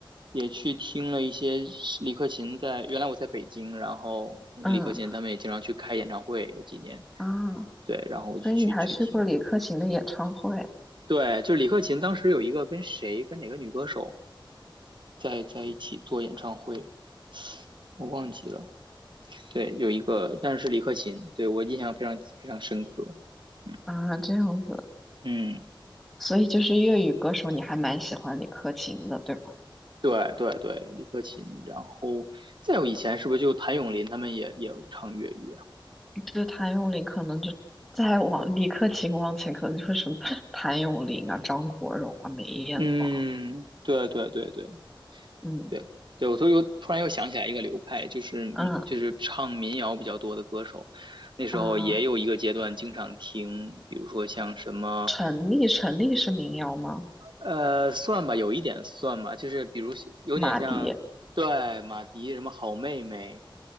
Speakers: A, on the right; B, in the centre.
A: 也去听了一些李克勤在，原来我在北京，然后李克勤他们也经常去开演唱会，
B: <laughs> 嗯
A: 有几年，
B: 啊，
A: 对，然后我就去去听。
B: 所以你还去过李克勤的演唱会
A: 对，就是李克勤当时有一个跟谁跟哪个女歌手在在一起做演唱会，我忘记了。对，有一个，但是李克勤，对我印象非常非常深刻。嗯
B: 啊？这样子，
A: 嗯，
B: 所以就是粤语歌手，你还蛮喜欢李克勤的，对吧？
A: 对对对，李克勤。然后再有以前是不是就谭咏麟他们也也唱粤语啊？
B: 就是谭咏麟，可能就再往李克勤往前，可能就是什么谭咏麟啊、张国荣啊、梅艳芳。
A: 嗯，对对对对
B: 嗯
A: 对对，我都又突然又想起来一个流派，就是嗯就是唱民谣比较多的歌手。
B: 嗯
A: 那时候也有一个阶段经常听，
B: 啊，
A: 比如说像什么
B: 陈粒，陈粒是民谣吗？
A: 呃，算吧，有一点算吧，就是比如有点像，
B: 马迪。
A: 对，马迪什么好妹妹，